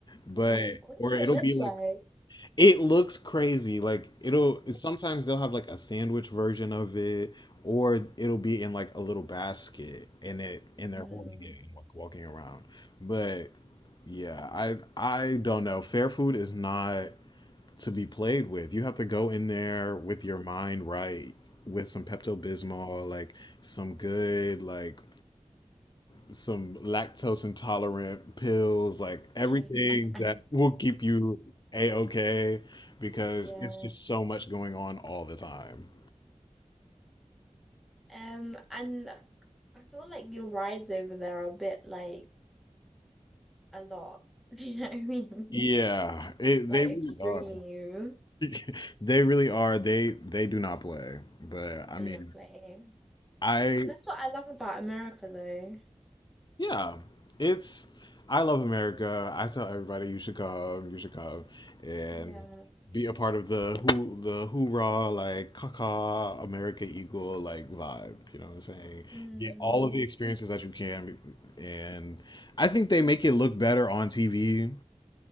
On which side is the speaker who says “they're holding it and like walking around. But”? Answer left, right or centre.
Left